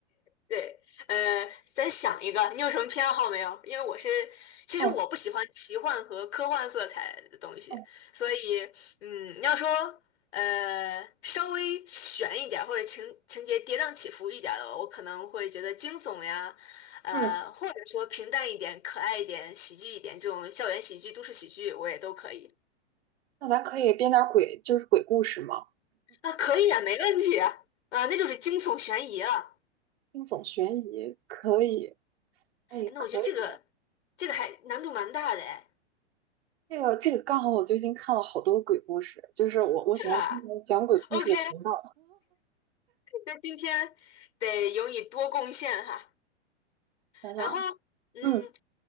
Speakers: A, on the left (about 75°); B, on the right (about 60°).
A: 对，呃，咱想一个，你有什么偏好没有？因为我是，其实我不喜欢奇幻和科幻色彩的东西，
B: 嗯哦，
A: 所以，嗯，你要说，呃，稍微悬一点儿或者情情节跌宕起伏一点儿的，我可能会觉得惊悚呀，呃，
B: 嗯，
A: 或者说平淡一点、可爱一点、喜剧一点这种校园喜剧、都市喜剧，我也都可以。
B: 那咱可以编点儿鬼，就是鬼故事吗？
A: 啊，可以啊，没问题啊，呃，那就是惊悚悬疑了。
B: 惊悚悬疑可以，哎，
A: 哎那我觉得这个这个还难度蛮大的哎。
B: 可以。这个这个刚好我最近看了好多鬼故事，就是我我喜欢听那种讲鬼故事的频道。
A: 是吧？OK，那今天得由你多贡献哈。
B: 想想啊，
A: 然后，嗯，
B: 嗯，